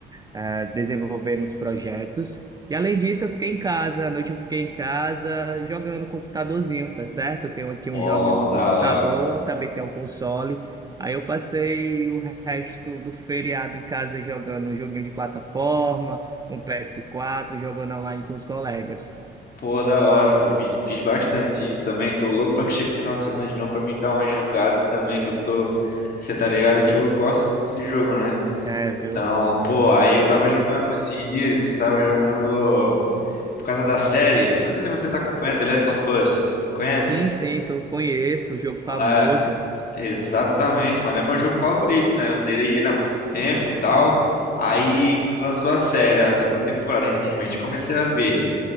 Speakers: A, on the right; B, on the left.
A: ah, desenvolvendo uns projetos. E além disso, eu fiquei em casa, à noite eu fiquei em casa jogando no computadorzinho, tá certo? Eu tenho aqui
B: Pô,
A: uns joguinhos no
B: da
A: computador,
B: hora.
A: também tenho um console. Aí eu passei o resto do feriado em casa jogando um joguinho de plataforma, um ps quatro jogando online com os colegas.
B: Pô, da hora, pô. Fiz, fiz bastante isso também. Tô louco pra que chegue o final de semana de novo pra mim dar uma jogada também, que eu tô... Você tá ligado que eu gosto muito de jogo, né?
A: É, viu?
B: Então, pô, aí eu tava jogando esses dias, tava jogando por causa da série. Eu não sei se você tá acompanhando The Last of Us. Conhece?
A: Sim, sim, tô, conheço o jogo famoso,
B: É, Exatamente, mano. É meu jogo favorito, né? Eu zerei ele há muito tempo e tal. Aí lançou a série, a segunda temporada, recentemente. Comecei a ver.